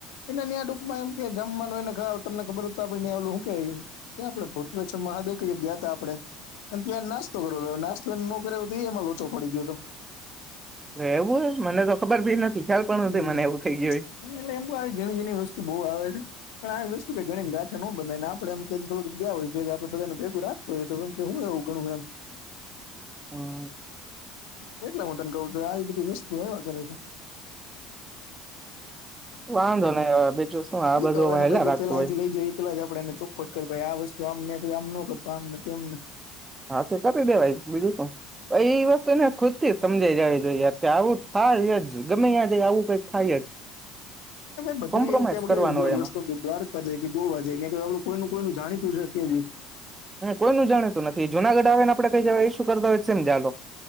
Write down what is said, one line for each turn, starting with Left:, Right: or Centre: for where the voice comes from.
Left: <unintelligible> માં એમ કે જમવાનુંયને <unintelligible> તમને ખબરત આપડં આવેલું હું કે ક્યાડે <unintelligible> <unintelligible> કે ગયા તા આપડે. અને ત્યાં નાસ્તો કર નાસ્તો એને ન કરે તો એમાં લોચો પડી ગયો હતો.
Right: એવું હોય મને તો ખબર ભી નથી. ખ્યાલ પણ નથી
Left: હમ
Right: મને એવું થઈ ગયું
Left: એટલે એમ બ આવી ઘણી ઘણી વસ્તુ બહુ આવે છે. પણ આવી વસ્તુ કે ગણી ગાઠન હું બનાને ને આપણે એમ કે થોડાક ગયા હોય જોએ કે આપણે બધા ભગું રાખું હોય તો કેમ કે હું એવું. <inaudible>
Right: હા.
Left: કેટલે હું તને કઉ છું આવી બધી વસ્તુ એવા કરે છે.
Right: વાંધો નહી હવે બીજું. શું આ
Left: એઈ
Right: બધું
Left: તો હવે
Right: વહેલા
Left: ભ જો
Right: રાખતું
Left: પેલા
Right: હોય
Left: અંથી લઈ જાય એ પેલા આપણે એને ચોખોટ કરી આ વસ્તુ. તો આમને આમ ન કરતો આમને તો એમને.
Right: હા તે કરી દેવાય બીજું શું એ વસ્તુ ને <unintelligible> થી સમજાઈ જવી જોઈ આવું. હા <unintelligible> ગમે ત્યાં જ આવું કઈક થાય. જ
Left: બધું
Right: કોમ્પ્રોમાઈઝ
Left: એવું કે
Right: કરવાનો હોય
Left: <unintelligible> દ્વારક <unintelligible> કે ગોવા <unintelligible> કોઈ. કોઈ ન જાણીતું છે, કે છે
Right: કોઈ નું જાણીતું નથી જુનાગઢ આવે ને આપે કઈ જય એ શું કરતા હોય <unintelligible>